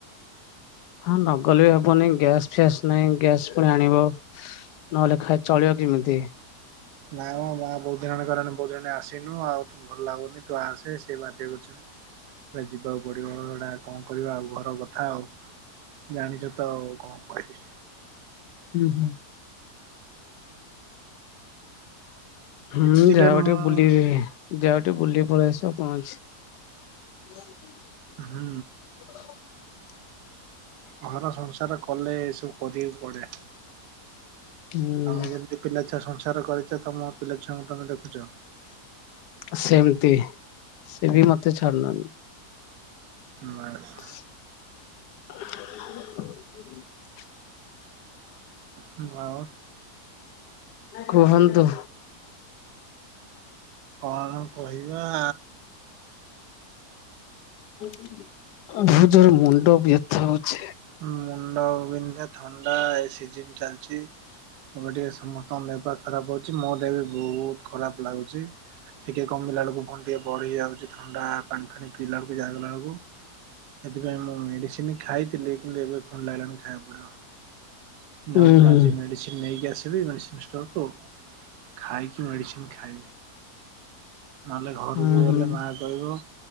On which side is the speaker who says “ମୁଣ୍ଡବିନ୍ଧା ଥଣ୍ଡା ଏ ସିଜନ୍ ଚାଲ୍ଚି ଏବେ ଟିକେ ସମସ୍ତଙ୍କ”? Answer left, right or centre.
Right